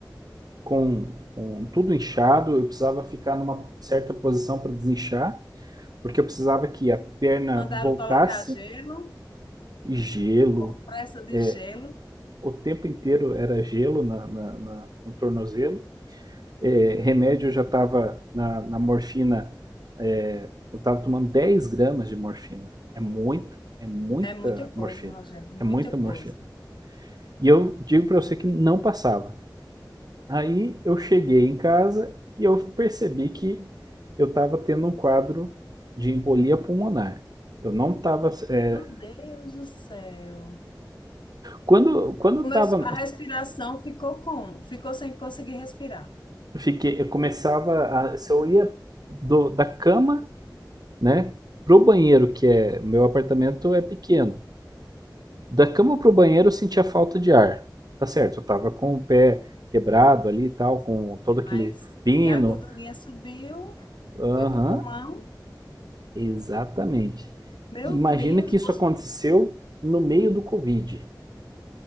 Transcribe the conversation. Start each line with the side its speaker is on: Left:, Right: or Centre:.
Right: com, com tudo inchado, eu precisava ficar numa certa posição para desinchar, porque eu precisava que a perna
Left: Mandaram
Right: voltasse
Left: colocar gelo,
Right: e gelo.
Left: compressa de
Right: é,
Left: gelo.
Right: o tempo inteiro era gelo na- na- na- no tornozelo. é, remédio eu já estava na, na, morfina, é, eu estava tomando 10 gramas de morfina. É muita, é muita
Left: É muita coisa,
Right: morfina.
Left: Rogério, muita
Right: É muita
Left: coisa.
Right: morfina. E eu digo para você que não passava. Aí eu cheguei em casa e eu percebi que eu estava tendo um quadro de embolia pulmonar. Eu não estava. É,
Left: Meu Deus do céu.
Right: quando quando
Left: Começou,
Right: eu estava,
Left: a respiração ficou como? Ficou sem conseguir respirar.
Right: eu fiquei, eu começava, a, se eu ia do, da cama né? Pro banheiro, que é. Meu apartamento é pequeno. Da cama pro banheiro eu sentia falta de ar. Tá certo, eu tava com o pé quebrado ali e tal, com todo aquele
Left: Mas
Right: pino.
Left: e a gordurinha subiu,
Right: Aham,
Left: foi pro pulmão.
Right: exatamente.
Left: Meu
Right: Imagina
Left: Deus,
Right: que isso
Left: fosse,
Right: aconteceu no meio do Covid.